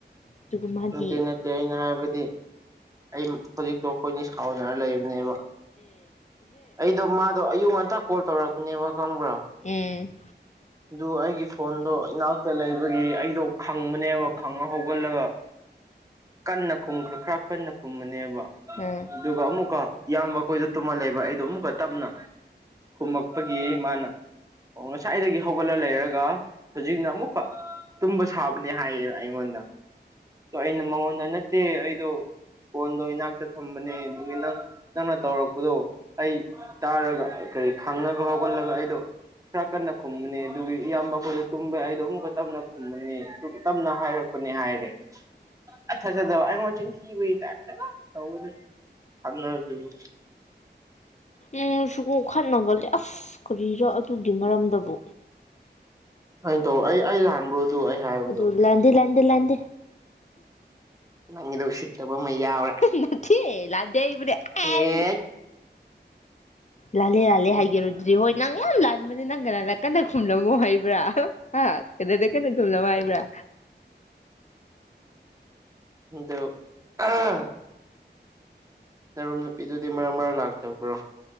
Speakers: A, on the left; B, on the right.
A: ꯑꯗꯨꯒ ꯃꯥꯗꯤ
B: ꯅꯠꯇꯦ ꯅꯠꯇꯦ ꯑꯩꯅ ꯍꯥꯏꯕꯗꯤ ꯑꯩ ꯍꯧꯖꯤꯛꯇꯣ ꯑꯩꯈꯣꯏꯅꯤ ꯁꯥꯎꯅꯔ ꯂꯩꯕꯅꯦꯕ ꯑꯩꯗꯣ ꯃꯥ ꯑꯗꯣ ꯑꯌꯨꯛ ꯉꯟꯇꯥ ꯀꯣꯜ ꯇꯧꯔꯛꯄꯅꯦꯕ ꯈꯪꯕ꯭ꯔꯥ
A: ꯎꯝ
B: ꯑꯗꯨ ꯑꯩꯒꯤ ꯐꯣꯟꯗꯣ ꯏꯅꯥꯛꯇ ꯂꯩꯕꯒꯤ ꯑꯩꯗꯣ ꯈꯪꯕꯅꯦꯕ ꯈꯪꯉ ꯍꯧꯒꯠꯂꯒ ꯀꯟꯅ ꯈꯨꯝꯈ꯭ꯔꯦ ꯈꯔ ꯀꯟꯅ ꯈꯨꯝꯕꯅꯦꯕ
A: ꯎꯝ
B: ꯑꯗꯨꯒ ꯑꯃꯨꯛꯀ ꯏꯌꯥꯝꯕ ꯈꯣꯏꯗꯨ ꯇꯨꯝꯂꯕ ꯑꯩꯗꯣ ꯑꯃꯨꯛꯀ ꯇꯞꯅ ꯈꯨꯝꯃꯛ ꯄꯒꯤ ꯃꯥꯅ ꯑꯣ ꯉꯁꯥꯏꯗꯒꯤ ꯍꯧꯒꯠꯂ ꯂꯩꯔꯒ ꯍꯧꯖꯤꯛꯅ ꯑꯃꯨꯛꯀ ꯇꯨꯝꯕ ꯁꯥꯕꯅꯦ ꯍꯥꯏꯌꯦ ꯑꯩꯉꯣꯟꯗ ꯗꯣ ꯑꯩꯅ ꯃꯉꯣꯟꯗ ꯅꯠꯇꯦ ꯑꯩꯗꯣ ꯐꯣꯟꯗꯣ ꯏꯅꯥꯛꯇ ꯊꯝꯕꯅꯦ ꯑꯗꯨꯒꯤ ꯅꯪ ꯅꯪꯅ ꯇꯧꯔꯛꯄꯗꯣ ꯑꯩ ꯇꯥꯔꯒ ꯀꯔꯤ ꯈꯪꯉꯒ ꯍꯧꯒꯠꯂꯒ ꯑꯩꯗꯣ ꯈꯔ ꯀꯟꯅ ꯈꯨꯝꯃꯅꯦ ꯑꯗꯨꯒꯤ ꯏꯌꯥꯝꯕ ꯑꯩꯈꯣꯏꯗ ꯇꯨꯝꯕꯒꯤ ꯑꯩꯗꯣ ꯑꯃꯨꯛꯀ ꯇꯞꯅ ꯈꯨꯝꯃꯅꯤ ꯇꯞꯅ ꯍꯥꯏꯔꯛꯄꯅꯦ ꯍꯥꯏꯔꯦ <unintelligible> ꯗꯣ ꯑꯩꯉꯣꯟ ꯆꯤꯟꯊꯤꯕꯒꯤ ꯇꯦꯢꯞꯇ ꯑꯗꯨꯝ ꯇꯧꯕꯒꯤ ꯈꯥꯠꯅꯒꯤꯕ
A: ꯎꯝ ꯁꯨꯒꯨꯝ ꯈꯠꯅꯕ ꯂꯩ ꯑꯁ ꯀꯔꯤꯔꯥ ꯑꯗꯨꯒꯤ ꯃꯔꯝꯗꯕꯨ
B: ꯑꯩꯗꯣ ꯑꯩ ꯑꯩ ꯂꯥꯟꯕ꯭ꯔꯣꯗꯨ ꯑꯩ ꯍꯥꯏꯕꯗꯣ
A: ꯑꯗꯨ ꯂꯥꯟꯗꯦ ꯂꯥꯟꯗꯦ ꯂꯥꯟꯗꯦ
B: ꯅꯪꯒꯤꯗꯣ ꯎꯁꯤꯠꯇꯕ ꯑꯃꯌꯥꯎꯔꯦ
A: ꯅꯠꯊꯦ ꯂꯥꯟꯗꯦ ꯍꯥꯏꯕꯅꯦ ꯑꯥꯏ
B: ꯍꯦꯠ
A: ꯂꯥꯜꯂꯦ ꯂꯥꯜꯂꯦ
B: ꯑꯗꯨ
A: ꯍꯥꯏꯒꯦꯔꯣ ꯑꯗꯨꯗꯤ ꯍꯣꯏ ꯅꯪ ꯌꯥꯝ ꯂꯥꯟꯕꯅꯦ ꯅꯪ ꯀꯅꯥꯅꯥ ꯀꯟꯅ ꯈꯨꯝꯂꯝꯃꯣ ꯍꯥꯏꯕ꯭ꯔꯥ ꯍꯥ ꯀꯅꯥꯅ ꯀꯟꯅ ꯈꯨꯝꯂꯣ ꯍꯥꯏꯕꯔꯥ
B: ꯗꯣ <unintelligible> ꯅꯔꯨꯞ ꯅꯨꯄꯤꯗꯨꯗꯤ ꯃꯔꯛ ꯃꯔꯛ ꯂꯥꯛꯇꯕ꯭ꯔꯣ